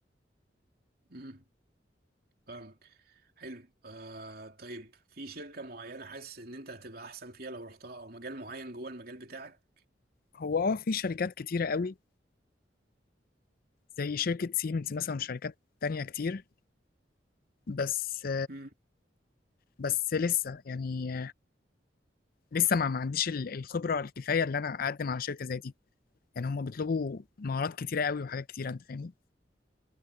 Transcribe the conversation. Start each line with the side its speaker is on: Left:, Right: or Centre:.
Right: مهم. فاهمك حلو آه طيب في شركة معينة حاسس ان انت هتبقى احسن فيها لو رحتها او مجال معين جوه المجال بتاعك
Left: هو اه في شركات كتيره قوي زي شركة سيمنز مثلا وشركات تانية كتير بس
Right: مم.
Left: بس لسه يعني لسه ما ما عنديش ال- الخبرة الكفاية اللي أنا أقدم على شركة زي دي يعني هم بيطلبوا مهارات كتيرة قوي وحاجات كتيرة أنت فاهمني